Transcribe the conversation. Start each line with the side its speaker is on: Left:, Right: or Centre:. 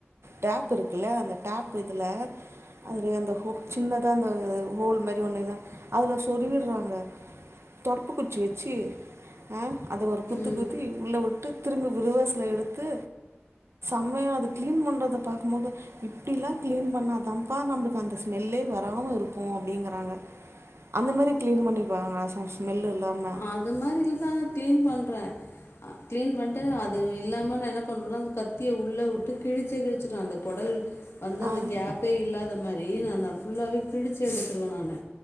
Right: டேப் இருக்குல்ல அந்த டேப் இதுல அதுல அந்த ஹோ சின்னதா இந்த ஹோல் மாரி ஒண்ணுதா அதுல சொறிவிடுறாங்க தொடப்ப குச்சி வச்சு ஆ அத ஒரு குத்தி
Left: ம்
Right: குத்தி உள்ள உட்டு திரும்பி ரிவஸ்ல எடுத்து உம்மையா அத க்ளீன் பண்றத பாக்குபோது இப்டிலா க்ளீன் பண்ணாதப்பா நம்மளுக்கு அந்த ஸ்மெல்லே வராம இருக்கு அப்டிங்கறாங்க அந்த மாரி க்ளீன் பண்ணிப்பாங்க ஸ்மெல்லு இல்லாம
Left: அது மாதிரில தா க்ளீன் பண்றே ஹ கிளீன் பண்ணிட்டு அது இல்லாம நா என்ன பண்ணுவேணா கத்திய உள்ள விட்டு கிழிச்சே கிழிச்சடுவே அந்த கொடல் வந்து அந்த
Right: ஆ
Left: கேப்பே இல்லாத மாரி நா ஃபுல்லாவே கிழிச்சு எடுத்துருவே நானு